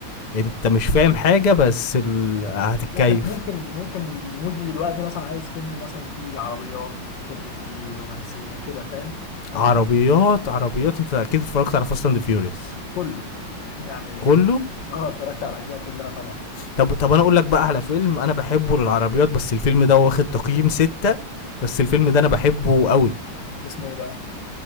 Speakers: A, on the left; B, on the left.
A: انت مش فاهم حاجه بس ال... هتتكيف
B: لا انا ممكن ممكن مودي دلوقتي مثلا عايز فيلم مثلا فيه عربيات في فيلم فيه رومانسية كده فاهم ففي
A: عربيات عربيات انت اكيد اتفرجت على فاست اند فيوريوس
B: كله <laughs> يعني
A: كله
B: اه اتفرجت على الاجزاء كلها طبعا
A: طب طب انا اقول لك بقى على فيلم انا بحبه للعربيات بس الفيلم ده واخد تقييم ستة بس الفيلم ده انا بحبه قوي
B: اسمه ايه بقى